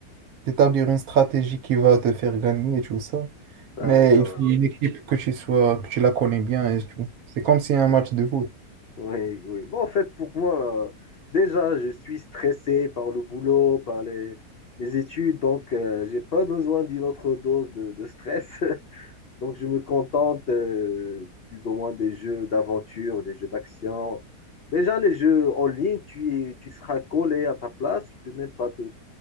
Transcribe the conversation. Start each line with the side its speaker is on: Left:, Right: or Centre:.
Right: d'établir une stratégie qui va te faire gagner et tout ça.
Left: d'accord.
Right: Mais il faut une équipe que tu sois, que tu la connais bien et tout. C'est comme si un match
Left: Ouais.
Right: de foot.
Left: Oui, oui. Bon, en fait, pour moi, euh, déjà, je suis stressé par le boulot, par les, les études, donc euh, j'ai pas besoin d'une autre dose de, de stress. <laughs> Donc, je me contente euh, plus ou moins des jeux d'aventure, des jeux d'action. Déjà, les jeux en ligne, tu, es- tu seras collé à ta place, tu peux même pas te